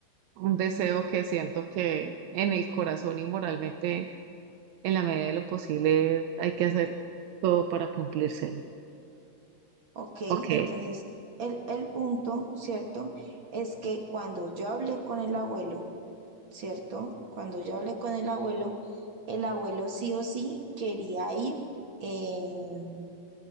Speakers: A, on the right; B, on the right.
A: un deseo que siento que en el corazón y moralmente, en la medida de lo posible, hay que hacer todo para cumplírselo.
B: ¿ok?
A: Ok,
B: Entonces, el, el punto, ¿cierto? Es que cuando yo hablé con el abuelo, ¿cierto? Cuando yo hablé con el abuelo, el abuelo sí o sí quería ir en,